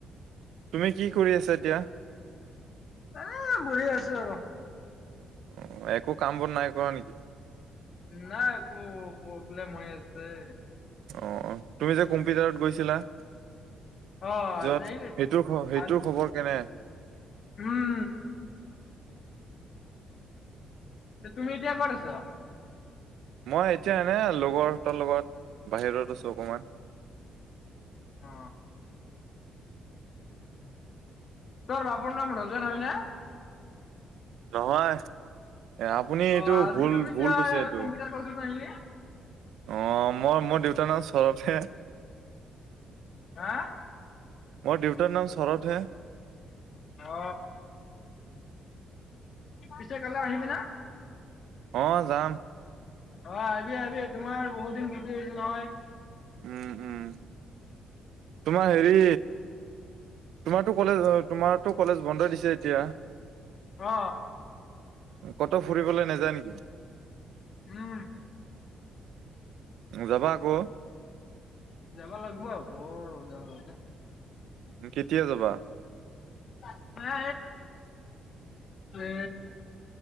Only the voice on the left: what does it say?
এ বহি আছো আৰু।
নাই মোৰ প্ৰব্লেম হৈ আছে।
অ
এই
আজি
উম। তে তুমি এতিয়া কত আচ?
অ তোৰ বাপুৰ নাম ৰজন হয়নে?
অ
আজি
তুমি
কিয়
কম্পিউটাৰ ক্লাছত নাহিলি
হা?
অ। পিছে কাইলৈ আহিবি না?
অ আহিবি আহিবি তোমাৰ বহুত দিন খতি হৈছে নহয়।
অ।
উম।
যাব লাগিব আকৌ যাব লাগে।
পাট্টা এ, এ